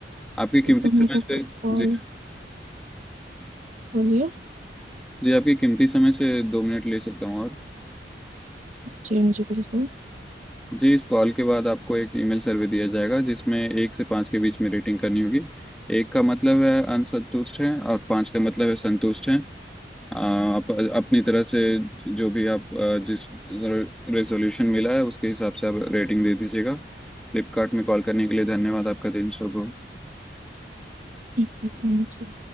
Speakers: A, in the centre; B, on the right.
A: आपके कीमती
B: ये तो मेरे
A: समय
B: को
A: से
B: कोई कॉल
A: जी
B: बोलिए
A: जी आपके कीमती समय से दो मिनट ले सकता हूँ और
B: जी हाँ जी बिल्कुल
A: जी इस कॉल के बाद आपको एक ईमेल सर्वे दिया जाएगा जिसमें एक से पाँच के बीच में रेटिंग करनी होगी एक का मतलब है असंतुष्ट है और पाँच का मतलब है संतुष्ट है आ, आप अपनी तरफ से जो भी आप आ, जिस रेजोल्यूशन मिला है उसके हिसाब से आप रेटिंग दे दीजिएगा फ्लिपकार्ट में कॉल करने के लिए धन्यवाद आपका दिन शुभ हो
B: ठीक है थैंक यू